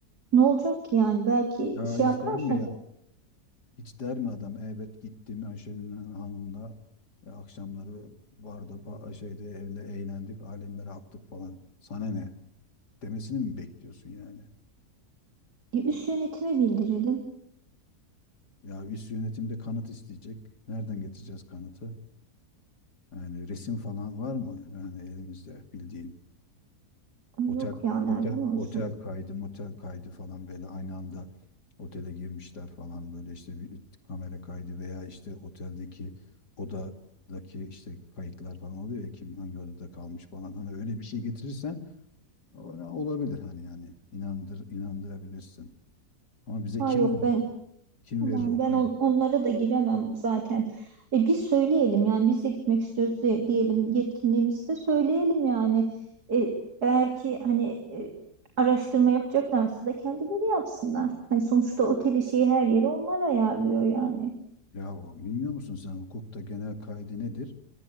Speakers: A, on the right (about 70°); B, on the left (about 85°).
A: Ne olacak ki yani? Belki
B: Ya
A: şey
B: hiç
A: yapar.
B: der mi
A: Hani
B: ya? Hiç der mi adam? Evet gittim Ayşegül Hanım'la e, akşamları barda pa- şeyde evle eğlendik, alemlere aktık falan. Sana ne? Demesini mi bekliyorsun yani?
A: e, üst yönetime bildirelim.
B: Ya üst yönetimde kanıt isteyecek. Nereden getireceğiz kanıtı? Yani resim falan var mı yani elimizde bildiğin?
A: Ay
B: Otel
A: yok ya nereden
B: otel
A: olsun?
B: otel kaydı, motel kaydı falan böyle aynı anda otele girmişler falan böyle işte bir kamera kaydı veya işte oteldeki odadaki işte kayıtlar falan oluyor ya kim hangi odada kalmış falan hani öyle bir şey getirirsen o- olabilir hani yani inandır inandırabilirsin. Ama bize
A: Ay
B: kim
A: yok
B: verir?
A: ben
B: Kim
A: aman
B: verir o kayıt?
A: ben on- onlara da giremem zaten. E biz söyleyelim yani biz de gitmek istiyoruz de, diyelim yetkinliğimizi de söyleyelim yani. E, eğer ki hani e, araştırma yapacaklarsa da kendileri yapsınlar. Hani sonuçta oteli şeyi her yeri onlar ayarlıyor yani.
B: Ya bilmiyor musun sen hukukta genel kaydı nedir?